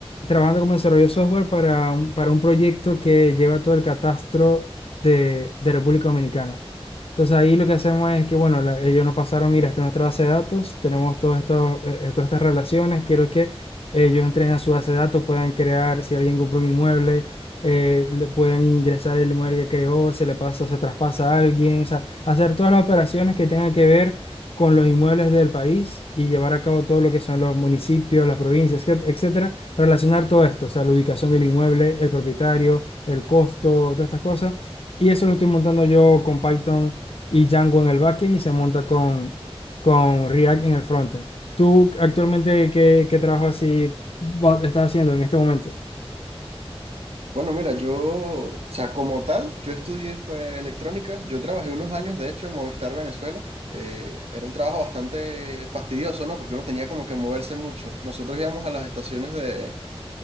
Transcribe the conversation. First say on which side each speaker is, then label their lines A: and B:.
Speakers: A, on the left; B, on the right.
A: trabajando como desarrollo de software para un, para un proyecto que lleva todo el catastro de, de República Dominicana. Entonces ahí lo que hacemos es que, bueno, la- ellos nos pasaron, mira, esta es nuestra base de datos, tenemos todos estos, eh, eh, todas estas relaciones, quiero que ellos entren a su base de datos, puedan crear, si alguien compró un inmueble, eh, le pueden ingresar el inmueble que creó, se le pasa, se traspasa a alguien, o sea, hacer todas las operaciones que tengan que ver con los inmuebles del país y llevar a cabo todo lo que son los municipios, las provincias, etc- etcétera, relacionar todo esto, o sea, la ubicación del inmueble, el propietario, el costo, todas estas cosas. Y eso lo estoy montando yo con Python y Django en el backend y se monta con, con React en el frontend. ¿Tú actualmente qué, qué trabajo así va- estás haciendo en este momento?
B: Bueno, mira, yo, o sea, como tal, yo estudié fue electrónica. Yo trabajé unos años, de hecho, en Movistar Venezuela. Eh, era un trabajo bastante fastidioso, ¿no? Porque uno tenía como que moverse mucho. Nosotros íbamos a las estaciones de,